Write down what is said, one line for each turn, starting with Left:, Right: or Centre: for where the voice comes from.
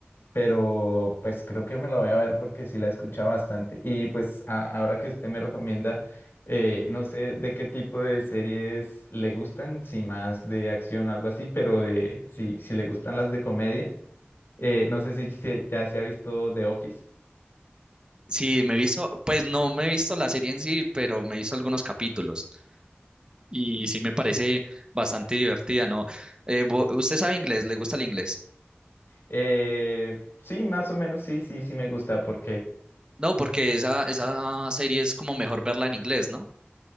Left: pero pues creo que me la voy a ver porque sí la he escuchado bastante. Y pues a- ahora que usted me recomienda, eh, no sé de qué tipo de series le gustan, si más de acción, algo así, pero eh, si, si le gustan las de comedia, eh, no sé si, se- ya se ha visto The Office.
Right: Sí, me he visto, pues no me he visto la serie en sí, pero me he visto algunos capítulos. y sí me parece bastante divertida, ¿no? Eh, vo- ¿usted sabe inglés? ¿Le gusta el inglés?
Left: Eh, sí, más o menos, sí, sí, sí me gusta porque...
Right: No, porque esa, esa serie es como mejor verla en inglés, ¿no?